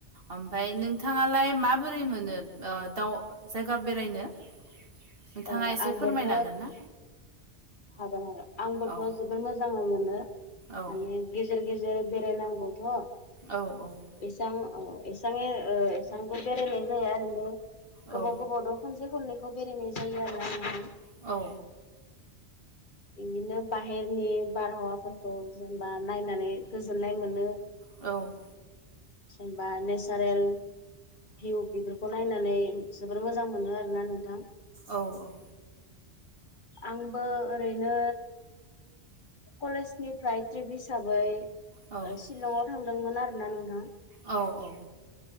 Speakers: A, on the right; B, on the left.
A: ओमफ्राय नोंथाङालाय माबोरै मोनो दाउ जायगा बेरायनो नोंथाङा
B: ओ
A: एसे
B: आंबोथ'
A: फोरमायनो हागोन ना
B: हागोन आरो आंबोथ'
A: औ
B: ज जोबोर मोजां मोनो माने
A: औ
B: गेजेर गेजेर बेरायनांगौथ'
A: औ औ।
B: एसां औ एसांनि ओ एसांबो बेरायनाय जाया ओरैनो गोबाव
A: औ
B: गोबाव दो खनसे खननैखौ बेरायनाय जायो आरोना नोंथां।
A: औ।
B: बिदिनो बाहेरनि बारहावाफोरखौ जेनेबा नायनानै गोजोननाय मोनो।
A: औ।
B: जेनबा नेचारेल भिउ बेफोरखौ खौ नायनानै जोबोर मोजां मोनो आरोना नोंथां।
A: औ औ।
B: आंबो ओरैनो कलेजनिफ्राय ट्रिप हिसाबै ओ
A: औ
B: सिलंआव थांदोंमोन आरो ना नोंथां।
A: औ औ